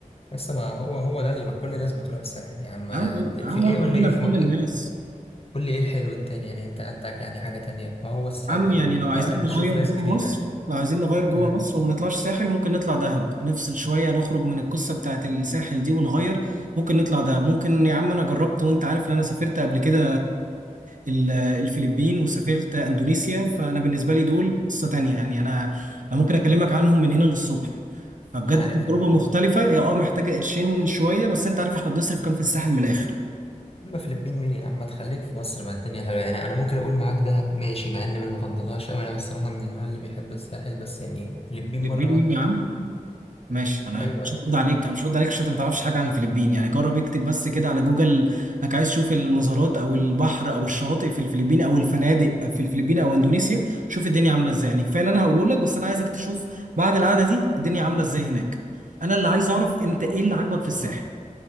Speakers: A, on the left (about 45°); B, on the right (about 65°).
A: لسه ما هو هو ده اللي كل الناس بتروح الساحل يا عم
B: يا عم يا عم
A: في ايه
B: احنا
A: قول
B: مالنا
A: لي ايه في
B: بكل
A: م...
B: الناس
A: قول لي ايه الحلو التاني يعني انت عندك يعني حاجة تانية ما هو الساحل
B: عم يعني
A: و...
B: لو عايزين
A: آه نشوف
B: نغير جوه
A: ناس جديدة
B: مصر لو عايزين نغير جوه
A: امم
B: مصر وما نطلعش ساحل ممكن نطلع دهب نفصل شوية نخرج من القصة بتاعت الساحل دي ونغير ممكن نطلع دهب ممكن يا عم أنا جربت وأنت عارف إن أنا سافرت قبل كده ال- الفلبين وسافرت أندونيسيا فأنا بالنسبة لي دول قصة تانية يعني أنا أنا ممكن أكلمك عنهم من هنا للصبح فبجد
A: مش عارف
B: تجربة
A: يا عم
B: مختلفة هي أه محتاجة قرشين شوية بس أنت عارف إحنا بنصرف كام في الساحل من الآخر
A: اما فلبين مين يا عم ما تخليك في مصر ما الدنيا حلوه يعني انا ممكن اقول معاك دهب ماشي مع ان ما بفضلهاش قوي انا الصراحه من النوع اللي بيحب الساحل بس يعني فلبين
B: فلبين
A: مره واحده
B: مين يا عم ماشي انا
A: ايوه
B: مش هرد عليك انا مش هرد عليك عشان انت ما تعرفش حاجه عن الفلبين يعني جرب اكتب بس كده على جوجل انك عايز تشوف المزارات او البحر او الشواطئ في الفلبين او الفنادق في الفلبين او اندونيسيا شوف الدنيا عامله ازاي يعني كفايه اللي انا هقوله لك بس انا عايزك تشوف بعد القعده دي الدنيا عامله ازاي هناك انا اللي عايز اعرف انت ايه اللي عاجبك في الساحل